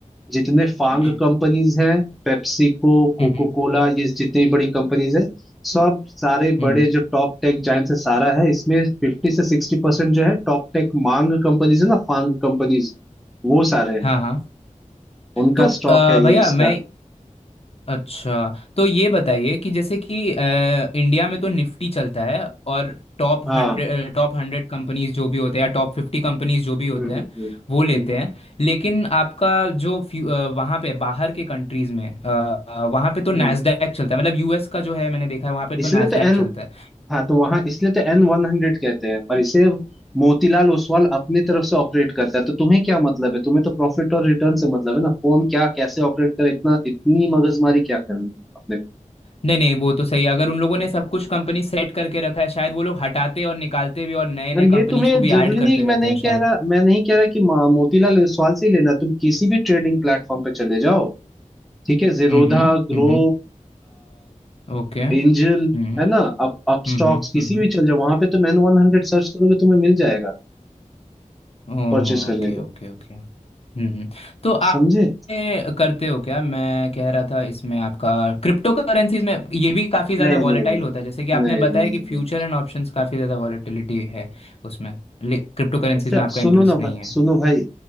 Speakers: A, in the centre; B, on the left (about 50°).
A: जितने फांग
B: हम्म
A: कंपनीज हैं पेप्सिको कोको
B: हम्म हम्म
A: कोला ये जितनी बड़ी कंपनीज है सब सारे
B: हम्म,
A: बड़े
B: हम्म।
A: जो टॉप टेक जायंट्स है सारा है इसमें फिफ्टी से सिक्सटी परसेंट जो है टॉप टेक मांग कंपनीज है ना फांग कंपनीज वो सारे हैं
B: हाँ हाँ
A: उनका
B: तो
A: स्टॉक
B: अ,
A: है ये
B: भैया
A: इसका
B: मैं अच्छा तो ये बताइए कि जैसे कि अ, इंडिया में तो निफ्टी चलता है और टॉप हंड्रेड
A: हाँ
B: टॉप हंड्रेड कंपनीज जो भी होते हैं या टॉप फिफ्टी कंपनीज जो भी होते
A: हम्म हम्म
B: हैं
A: हम्म
B: वो लेते
A: हम्म,
B: हैं लेकिन आपका जो फ्यू- अ, वहाँ पे बाहर के कंट्रीज में अ, अ, वहाँ पे तो
A: हम्म।
B: नैस्डैक चलता है मतलब यूएस का जो है मैंने देखा है वहाँ पे तो
A: इसलिए
B: नैस्डैक
A: तो एन
B: चलता है
A: हाँ तो वहां इसलिए तो एन वन हंड्रेड कहते हैं और इसे मोतीलाल ओसवाल अपनी तरफ से ऑपरेट करता है तो तुम्हें क्या मतलब है तुम्हें तो प्रॉफिट और रिटर्न से मतलब है ना कौन क्या कैसे ऑपरेट करे इतना इतनी मगजमारी क्या करनी अपने
B: नहीं नहीं वो तो सही है अगर उन लोगों ने सब कुछ कंपनी सेट करके रखा है शायद वो लोग हटाते और निकालते भी और नए नए
A: और ये
B: कंपनीज
A: तुम्हें
B: को भी
A: जरूरी
B: ऐड
A: नहीं
B: करते
A: है कि मैं
B: रहते
A: नहीं
B: हैं
A: कह
B: शायद
A: रहा मैं नहीं कह रहा कि मा- मोतीलाल ओसवाल से ही लेना तुम किसी भी ट्रेडिंग प्लेटफॉर्म पे चले जाओ ठीक है जीरोधा
B: हम्म हम्म
A: ग्रो
B: हम्म ओके
A: एंजल
B: हम्म
A: है
B: okay,
A: ना अप अपस्टॉक्स
B: हम्म हम्म हम्म
A: किसी
B: हम्म,
A: भी चल जाओ वहां पे तुम एन वन हंड्रेड सर्च करोगे तुम्हें मिल जाएगा
B: Okay
A: परचेस करने को
B: okay okay हम्म हम्म। तो आप
A: समझे
B: ये करते हो क्या मैं कह रहा था इसमें आपका क्रिप्टो करेंसीज में ये भी काफ़ी ज़्यादा
A: नहीं
B: वॉलेटाइल
A: नहीं नहीं
B: होता है जैसे कि आपने
A: नहीं
B: बताया
A: नहीं
B: कि फ्यूचर
A: नहीं
B: एंड ऑप्शंस काफ़ी ज़्यादा वॉलेटिलिटी है उसमें क्रिप्टो करेंसीज
A: अच्छा
B: में आपका
A: सुनो
B: इंटरेस्ट
A: ना
B: नहीं
A: भाई
B: है
A: सुनो भाई